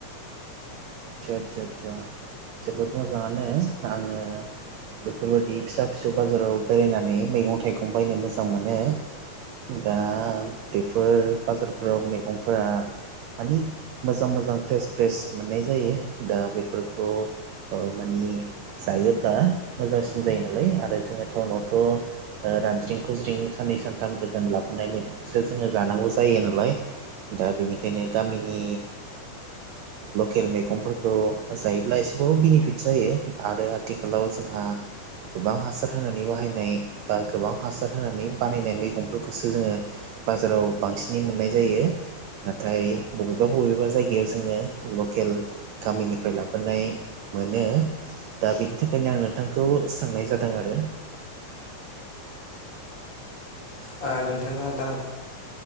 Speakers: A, on the right; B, on the left.
A: आदसा आदसा आसा जोबोद मोजाङानो आङो बेफोरबायाददि फिसा फिसौ बाजाराव बेरायनानै मैगं थाइगं बायनो मोजां मोनो दा बेफोर बाजारफोराव मैगंफोरा मानि मोजां मोजां फ्रेस फ्रेस मोननाय जायो दा बेफोरखौ माने जायोब्ला मोजांसिन जायो नालाय आरो जोङो टाउनावथ' रानज्रिं खुज्रिं साननै सानथाम गोजान लाबोनायखो जोंङो जानांगौ जायो नालाय दा बेनिखायनो गामिनि लकेल मैगंफोरखौ जायोब्ला एसेबाबो बेनिफिट जायो आरो आथिखालाव जोंहा गोबां हासार होनानै बाहायनाय बा गोबां हासार होनानै बानायनाय मैगंफोरखौसो जोंङो बाजाराव बांसिनै मोननाय जायो नाथाय बबेबा बबेबा जायगायाव जोङो लक लकेल गामिनिफ्राय लाबोनाय मोनो दा बिनि थाखायनो आं नोंथांखौ सोंनाय जादों आरो
B: ना नोंथाङा दा <inaudible>